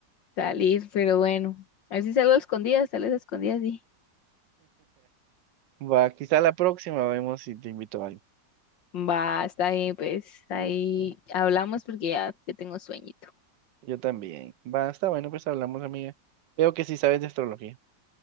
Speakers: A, on the left (about 85°); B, on the right (about 80°).
A: salir, pero bueno. A ver si salgo a escondidas, tal vez a escondidas, sí.
B: Va, quizá la próxima vemos si te invito a alguien.
A: Va, está bien, pues. Ahí hablamos porque ya, ya tengo sueñito.
B: Yo también. Va, está bueno, pues hablamos, amiga. Veo que sí sabes de astrología.